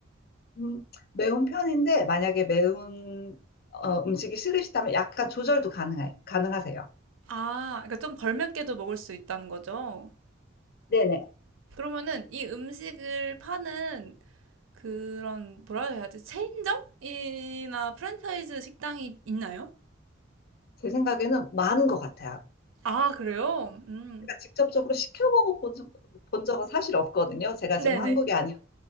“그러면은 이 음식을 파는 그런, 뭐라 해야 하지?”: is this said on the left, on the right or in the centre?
Right